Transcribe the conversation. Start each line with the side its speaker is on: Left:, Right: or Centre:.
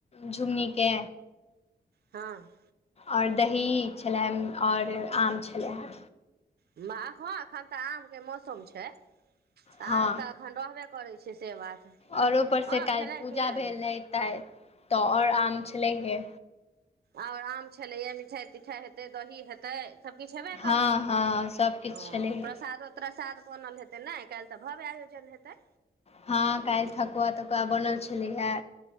Left: झुङगनीके
Right: हँ
Left: आओर दही छलय आओर आम छलय हे
Right: एखन तऽ आम के मौसम छैऽ
Left: हँ
Right: आम तऽ एखन रहबे करै छै से बात
Left: आओर ऊपरसँ
Right: हँ
Left: काल्हि
Right: खेनाइ
Left: पूजा
Right: पिनाइ
Left: भेल
Right: मे
Left: रहै तै तऽ आओर आम छलै हे
Right: आओर आम छलैएा मिठाइ तिठाइ हेतै दही हेतै सबकछु हेबे
Left: हँ
Right: करतै
Left: हँ सभकिछु
Right: ह
Left: छलै हे
Right: प्रसादो त साद बनल हेतै ने आ काल्हि तऽ भव्य आयोजन हेतै
Left: हँ काल्हि ठकुआ तकुआ बनल छलै हे